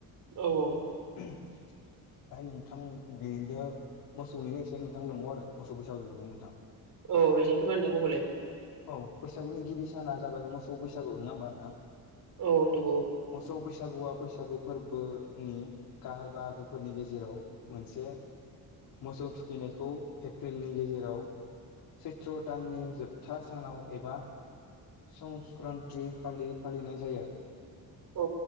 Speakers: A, on the right; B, on the left.
A: औ औ
B: <unintelligible> ओय नोंथां बेनो मोसौनि एसे नोंथां नंबाव आरो मोसौ बैसागुनिनो नोंथां
A: औ एसे फोरमायना होबावलाय
B: औ बैसागुनि गिबि साना जाबाय मोसौ बैसागु नङा होमबा नोंथां?
A: औ नोंगौ
B: मोसौ बैसागुआ बैसागु फोरबोनि गाहाय बाहागोफोरनि गेजेराव मोनसे मोसौ थुखैनायखौ एप्रिलनि गेजेराव सैत्र' दाननि जोब था सानाव एबा संस्क्रान्ती खालि फालिनाय जायो
A: औ